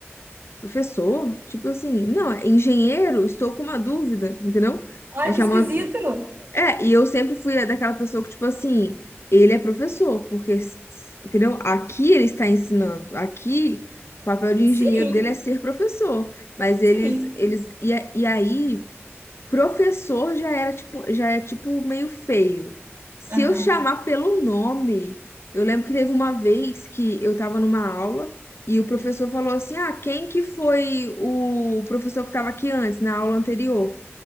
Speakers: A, on the left; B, on the right.
A: professor, tipo assim, não, é engenheiro, estou com uma dúvida, entendeu?
B: Olha
A: É chamando.
B: que esquisito!
A: É, e eu sempre fui daquela pessoa que, tipo assim, ele é professor, porque, entendeu? Aqui ele está ensinando, aqui o papel de engenheiro
B: Sim,
A: dele é ser professor. Mas eles,
B: sim.
A: eles, e, a- e aí Professor já era tipo, já é tipo meio feio. Se
B: Aham.
A: eu chamar pelo nome, eu lembro que teve uma vez que eu tava numa aula e o professor falou assim: "Ah, quem que foi o professor que tava aqui antes, na aula anterior?".